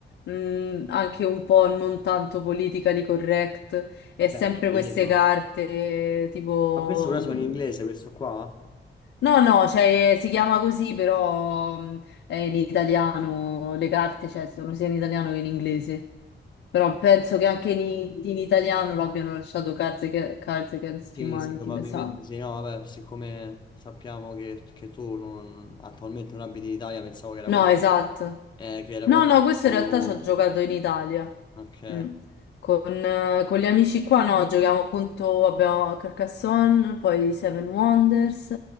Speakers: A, on the left; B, on the left.
A: mm, anche un po' non tanto politically correct. E sempre
B: è carino.
A: queste carte, tipo.
B: Ma questo ora
A: mm,
B: sono in inglese, questo qua?
A: No, no, cioè, si chiama così, però mh, è in italiano, le carte, cioè, sono sia in italiano che in inglese. Però penso che anche in, in italiano l'abbiano lasciato Cards, Ag- Cards Against
B: Sì,
A: Humanity,
B: sì, probabilmente
A: mi sa.
B: sì, no, vabbè, siccome sappiamo che, che tu non- attualmente non abiti in Italia, pensavo che era
A: No,
B: qualche,
A: esatto.
B: eh, che era
A: No,
B: qualche
A: no, questo
B: poco...
A: in realtà ci ho giocato in Italia.
B: Ok,
A: Mm. Con, eh, con gli amici qua, no, giochiamo appunto, abbiamo Carcassonne, poi Seven Wonders,